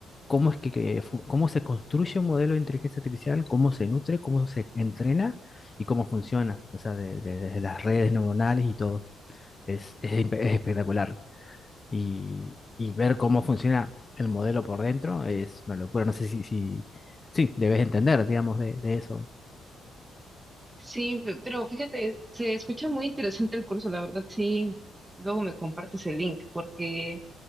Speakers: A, on the left; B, on the right.
A: cómo es que, que fu- cómo se construye un modelo de inteligencia artificial, cómo se nutre, cómo se entrena y cómo funciona, o sea, de- de- desde las redes neuronales y todo. Es, es impe- es espectacular. Y, y ver cómo funciona el modelo por dentro es una locura. No sé si, si sí, debes entender, digamos, de, de eso.
B: Sí, fe- pero fíjate, se escucha muy interesante el curso, la verdad, sí. Luego me compartes el link, porque